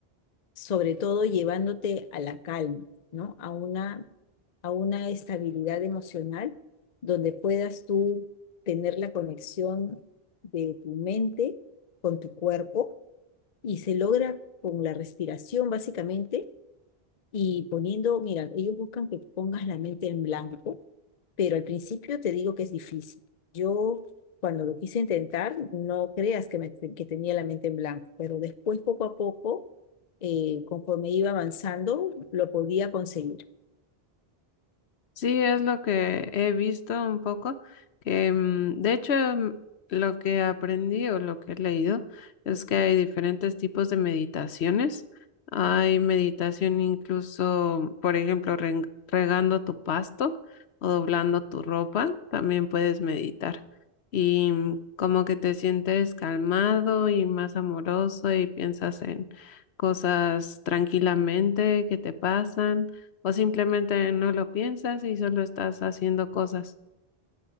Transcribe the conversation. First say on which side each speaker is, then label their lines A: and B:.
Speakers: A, on the left; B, on the left.
A: sobre todo llevándote a la calma, ¿no? A una, a una estabilidad emocional donde puedas tú tener la conexión de tu mente con tu cuerpo y se logra con la respiración, básicamente, Y poniendo, mira, ellos buscan que pongas la mente en blanco, pero al principio te digo que es difícil. Yo cuando lo quise intentar, no creas que, me- que tenía la mente en blanco, pero después poco a poco, eh, conforme iba avanzando, lo podía conseguir.
B: Sí, es lo que he visto un poco, que mm, de hecho mm, lo que aprendí o lo que he leído es que hay diferentes tipos de meditaciones. Hay meditación incluso, por ejemplo, ren- regando tu pasto o doblando tu ropa, también puedes meditar. Y mm, como que te sientes calmado y más amoroso y piensas en cosas tranquilamente que te pasan o simplemente no lo piensas y solo estás haciendo cosas.